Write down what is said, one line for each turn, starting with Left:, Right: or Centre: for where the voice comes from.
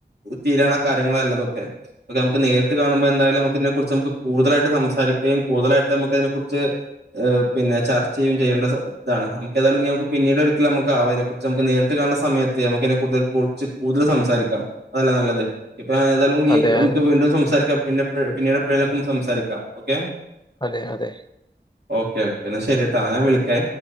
Right: തീരണ കാര്യങ്ങളല്ലതൊക്കെ ഇപം ത അമക്ക് നേരിട്ട് കാണുമ്പോ എന്തായാലും നമുക്ക്തീനെ കുറിച്ച് നമുക്ക് കൂടുതലായിട്ട് സംസാരിക്കുകയും കൂടുതലായിട്ട നമുക്ക് അയിനെ കുറിച്ച് എ പിന്നെ ചർച്ച ചെയ്യും ചെയ്യണ്ട ഇതാണ് നമുക്ക് തായാലും ഇനിഞമക്ക് പിന്നീട് ഒരിക്കല് നമുകാവം അയിനെകുറിച്ച് നമുക്ക് നേരിട്ട് കാണ് ണ സമയത്തെ നമുക്ക് അയിനെ കുർച് കുറിച്ച് കൂടുതൽ സംസാരിക്കാം അതല്ലെ നല്ലത് ഇപ്പൊ ഏതായാലും നീ
Left: അതെ.
Right: നമുക്ക്
Left: ഞാൻ-
Right: വീണ്ടും സംസാരിക്കാം പിന്നെപഴേ പിന്നീട് എപഴേലൊക്കൊന്ന് സംസാരിക്കാം ഓക്കെ
Left: അതെ അതെ
Right: ഓക്കേ ഓക്കേ എന്നാ ശരി ട്ടാ ഞാൻ വിളിക്കേ